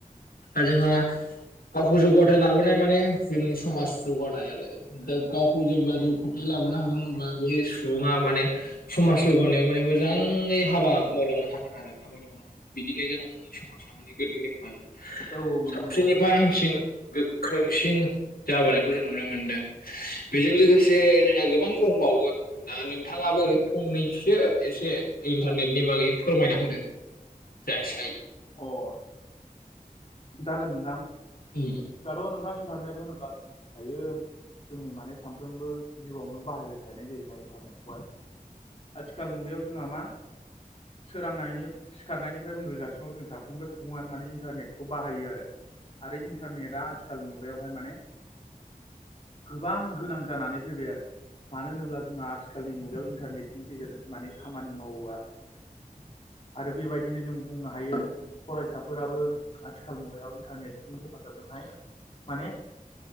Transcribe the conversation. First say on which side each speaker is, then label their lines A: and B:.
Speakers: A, on the left; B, on the left.
A: दा जोंहा गावखौ जौगाथाय लाबोनाय माने जोंनि समाज जौगानाय आरो। दा गावखौ जेब्ला जौगाथाय लाबोनो हागोन अब्ला बे सुबुङा माने समाज जौगानायाव माने मोजाङै हाबा मावलांनो हागोन आरो खामानि मावलांनो हागोन बिदिनो जोंनि समाजा माने गोदोनिफ्राय
B: औ औ नंगौ
A: साबसिन
B: नंगौ
A: निफ्राय हामसिन गोख्रोंसिन जाबोनायखौ जों नुनो मोनदों। बेजों लोगोसे जोंहा गोबां दंबावो दा नोंथाङाबो फंनैसो एसे इन्टारनेटनि बागै फोरमायना होदो जाय एसे हायो।
B: अ' जागोन नोंथां।
A: उम उम।
B: दाथ' नोंथां इन्टारनेट होनोब्ला जों मिथिखायो जोंनि माने सानफ्रोमबो जिउआवनो बाहायबाय थानाय जायो जोंहा इन्टारनेटखौहाय। आथिखाल मुगायाव जोंहा मा सोरांनायनि सिखारनायनिफ्राय उन्दुजासिमाव जों साफ्रोमबो सुबुङानो माने इन्टारनेट खौ बाहायो आरो। आरो इन्टारनेटआ आथिखाल मुगायाव हाय माने गोबां गोनां जानानै फैबाय आरो। मानो होनोब्ला जोंहा आथिखालनि मुगायाव इन्टारनेटनि गेजेरजोंसो माने खामानि मावो आरो। आरो बेबायदिनो जों बुंनो हायो फरायसाफोराबो आथिखाल मुगायाव इन्टारनेटनि हेफाजाबजों हाय माने